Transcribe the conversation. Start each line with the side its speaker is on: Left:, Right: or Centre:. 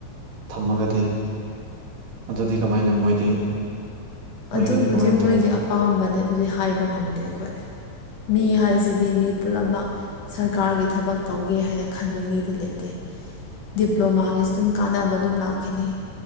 Right: ꯊꯝꯃꯒꯗꯤ ꯑꯗꯨꯗꯤ ꯀꯃꯥꯏꯅ ꯃꯣꯏꯗꯤ ꯃꯣꯏꯒꯤꯗꯤ
Left: ꯑꯗꯨꯕꯨꯗꯤ
Right: ꯀꯃꯥꯏꯅ
Left: ꯃꯣꯏꯒꯤ
Right: ꯇꯧꯕ
Left: ꯑꯄꯥꯝꯕꯅꯦ ꯑꯗꯨꯗꯤ ꯍꯥꯏꯕ ꯉꯝꯗꯦ ꯑꯩꯈꯣꯏ ꯃꯤ ꯍꯥꯏꯁꯤꯗꯤ ꯃꯤ ꯄꯨꯨꯝꯂꯃꯛ ꯁꯔꯀꯥꯔꯒꯤ ꯊꯕꯛ ꯇꯧꯒꯦ ꯍꯥꯏꯅ ꯈꯟꯕ ꯃꯤꯗꯤ ꯂꯩꯇꯦ ꯗꯤꯄ꯭ꯂꯣꯃꯥꯒꯤꯁꯨ ꯑꯗꯨꯝ ꯀꯥꯟꯅꯕ ꯑꯗꯨꯝ ꯂꯥꯛꯈꯤꯅꯤ